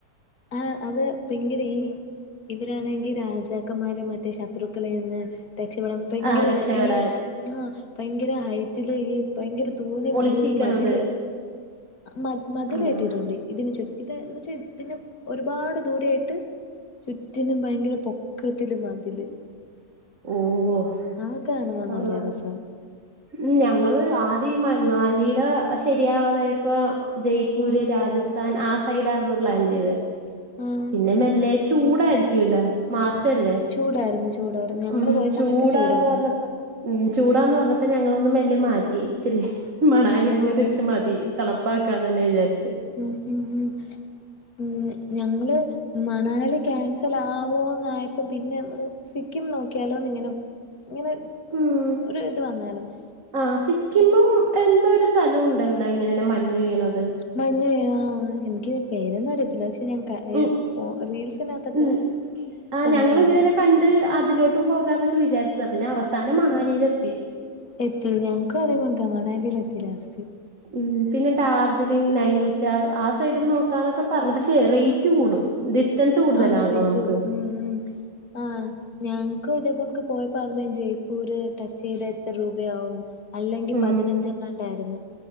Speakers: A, on the left; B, on the right.
A: ആഹ് അത് രീ ഇവരാണെങ്കി രാജാക്കന്മാര മറ്റേ ശത്രുക്കളെയ്ന്ന് രക്ഷപ്പെടാൻ ഭയങ്കര
B: ആഹ് രക്ഷപ്പെടാൻ
A: ഈ ആഹ് ഭയങ്കര ഹൈ റ്റിൽ ഈ ഭയങ്കര തൂനം
B: ഒളിച്ചിക്കണത്
A: ദൂരം മതില് മതി മതില്
B: ആഹ്
A: കെട്ടിട്ടുണ്ട്. ഇതിന് ചു ഇത് വച്ചാ ഇതിന് ഒരുപാട് ദൂരായിട്ട് ചുറ്റിനും ഭയങ്കര പൊ ക്കത്തില് മതില്
B: ഓഹ്
A: അതൊക്കെ കാണുമ്പ
B: കൊള്ളാം
A: നല്ല രസാ
B: ഉം ഞങ്ങള് ആദ്യം ഈ മണ്ണാലീട ശരിയാവാതായ പ്പൊ ജയ്പൂര്,
A: ആഹ്
B: ആ സൈഡായ്രുന്നു പ്ലാൻ ചെയ്തെ.
A: ആഹ്
B: പിന്നെ മെല്ലെ ചൂടായിരിക്കൂലോ മാർച്ചല്ലേ
A: ചൂടായിരുന്നു ചൂടായിരുന്നു ഞങ്ങള്
B: ഉം
A: പോയ
B: ചൂടാന്ന്
A: സമയത്തും ചൂടായിരുന്നു
B: പറഞ്ഞപ്പ ഉം ചൂടാന്ന്
A: ആഹ്
B: പറഞ്ഞപ്പ ഞങ്ങളൊന്നു മെല്ലെ മാറ്റി. ഇച്ചിരി മണാ ലി തന്നെ
A: ഓഹ്
B: തിരിച്ച് മതി തണുപ്പാക്കാന്നന്നെ വിചാരിച്ച്
A: ഉം ഹും ഹും ഉം ഞങ്ങള് മണാലി ക്യാൻസൽ ആവോന്നായപ്പം പിന്നെ നമ്മള് സിക്കിം നോക്കിയാലോന്ന് ഇങ്ങനെ ഇങ്ങനെ
B: ഉം
A: ഒരു ഇത് വന്നായ്രുന്ന്
B: ആഹ് സിക്കിമും എന്തോ ഒരു സ്ഥലവും ഉണ്ടല്ലോ ഇങ്ങനെന്നെ മഞ്ഞു വീഴണത്
A: മഞ്ഞു വീഴ്ണ ആഹ് എനിക്ക് പേരൊന്നും അറിയത്തില്ല പക്ഷെ ഞാൻ ക അയി
B: ഉം
A: ഫോ റീൽസിനകത്തൊക്കെ
B: ഉം ആഹ്
A: കണ്ടിട്ടുണ്ട്
B: ഞങ്ങളും ഇങ്ങനെന്നെ കണ്ട് അതിലോട്ടും പോകാന്നൊക്കെ വിചാരിച്ചതാ പിന്നെ അവസാനം
A: ആഹ്
B: മണാലിയിലെത്തി.
A: എത്തി ഞങ്ങക്കും അതെ <unintelligible> മണാലീലെത്തി ലാസ്റ്റ്
B: ഉം പിന്നെ ഡാർജിലിംഗ് നൈനിറ്റാൾ ആ സൈഡ് ന്ന് നോക്കാന്നൊക്കെ പറഞ്ഞു. പക്ഷെ റെയ് റ്റ് കൂടും
A: ആഹ്
B: ഡിസ്റ്റൻസ് കൂടുതലാണല്ലോ
A: ആഹ് റേറ്റ്
B: നമുക്ക്
A: കൂടും ഉം ഉം ആഹ് ഞങ്ങക്ക് ഇതേ പോണൊക്കെ പോയപ്പോ <unintelligible> ജയ്പൂര് ടച്ചെയ്ത എത്ര രൂപയാവും അല്ലെങ്കി
B: ഉം
A: പതിനഞ്ചെങ്ങാണ്ടായിരുന്ന്